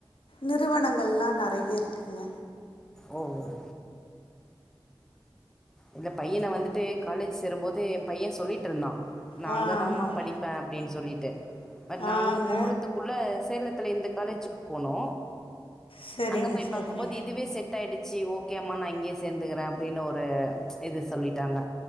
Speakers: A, on the left; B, in the centre.
A: நிறுவனங்கள்ல்லா நெ றைய இருக்குங்க
B: ஓ ம் இல்ல பையன வந்துட்டு காலேஜ் சேரும்போது எ பையன் சொல்லிட்டுருந்தா நா
A: ஆ
B: அங்கதாமா
A: ஆமாங்க
B: படிப்ப அப்படின் சொல்லிட் ட்டு பட் நா
A: ஆங்க
B: அங்க போறதுக்குள்ள சேலத் த்துல இந்த காலேஜுக்கு போனோ
A: சரிங்க
B: அங்க போய்
A: சரிங்க
B: பாக்கும்போது இதுவே செட் ஆயிடு செரி ஓகே அம்மா நா இங்கேயே சேந்துக்குற அப்படின்னு ஒரு இது சொல்லிட்டாங்க